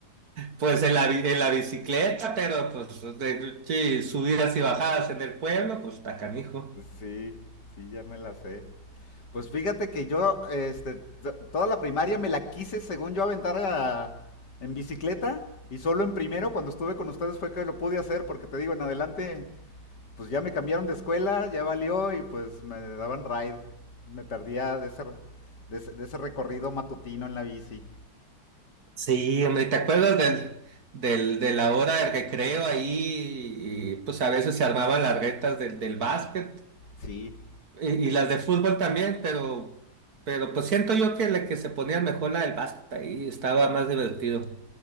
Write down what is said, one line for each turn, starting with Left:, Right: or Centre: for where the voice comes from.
Right: Pues en la, bi- en la bicicleta, pero pues de, sí, subidas y bajadas en el pueblo, pues está canijo.
Left: Sí, sí, ya me la sé. Pues fíjate que yo, este, t- toda la primaria me la quise, según yo, aventar a- en bicicleta. Y solo en primero, cuando estuve con ustedes, fue que lo pude hacer, porque te digo, en adelante, pues ya me cambiaron de escuela, ya valió, y pues me daban ride. Me perdía de ese, re- de ese, de ese recorrido matutino en la bici.
Right: Sí, hombre, ¿te acuerdas del, del, de la hora de recreo ahí? Y, pues a veces se armaban las retas del, del básquet
Left: Sí.
Right: y, y las de fútbol también, pero, pero pues siento yo que, la que se ponían mejor la del básquet ahí estaba más divertido.